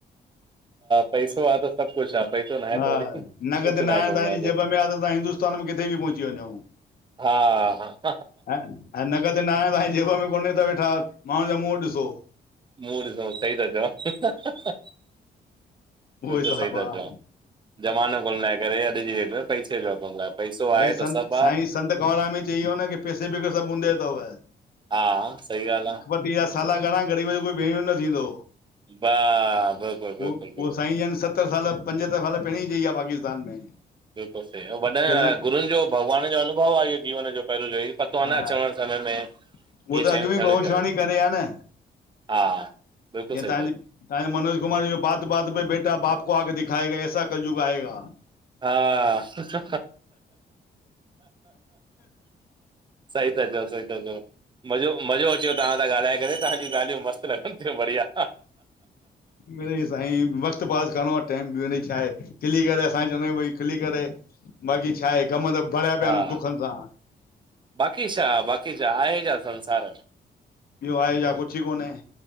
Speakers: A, on the right; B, on the left.
A: पैसो आ त सभु कुछु आ, पैसो न आहे
B: हा,
A: त वरी कुझु
B: नगदि न आहे
A: कमु
B: तांजी
A: लाइ
B: जेब में आ त तां हिंदुस्तान में किथे बि पहुची वञो
A: हा हा।
B: ऐं नगदि न आये तां जे जेब में कोन्हे त वेठा माण्हुनि जा मुंहुं ॾिसो।
A: मुंहुं ॾिसऊं, सही ता चओ,
B: उहो
A: बिल्कुल
B: हिसाबु
A: सही ता
B: आहे
A: चओ। ज़मानो कोन लाइ करे अॼु जी रेट, पैसे जो कोन लाए पैसो
B: भाई
A: आहे त
B: संत
A: सभु आ।
B: साईं संत कंवराम ई चई वयो न कि पैसे बिगर सभु ऊंदहि तव।
A: हा, सही ॻाल्हि आ।
B: <unintelligible> जा साला घणा ग़रीब जो कोई भेणीवो न थींदो।
A: वाह बिल्कुलु
B: पो,
A: बिल्कुलु बिल्कुलु
B: पो साईंजनि सतर साल पंज दफा त पहिरीं चई विया पाकिस्तान में।
A: बिल्कुलु सही, वॾनि
B: की लख
A: गुरूनि जो भॻवान जो अनुभव आ इहो जीवन जो पहिरियों जो ही। पतो आ न
B: हा
A: अचण करण में इहे
B: उहो त
A: शयूं
B: अॻु में
A: थियणु
B: भविष्यवाणी
A: ई थियणु।
B: करे आहे न
A: हा, बिल्कुलु सही।
B: हांजी, मनोज कुमार जी जो बात बात में बेटा बाप को आंख दिखाएगा, एसा कलजुग आएगा।
A: हा। सही ता चओ सही ता चओ मज़ो, मज़ो अची वयो तहां सां ॻाल्हाए करे तव्हां जूं ॻाल्हियूं मस्त लॻो बढ़िया।
B: मिरई साईं, वक़्तु पास करिणो आ टाइम मिरई छाए। खिली करे असां चवंदा आहियूं भई खिली करे, बाक़ी छा आहे कम त भरिया पिया
A: हा
B: आहिनि दुखनि सां।
A: बाक़ी छा, बाक़ी छा आहे छा संसार में।
B: ॿियो आहे छा, कुछु कोन्हें।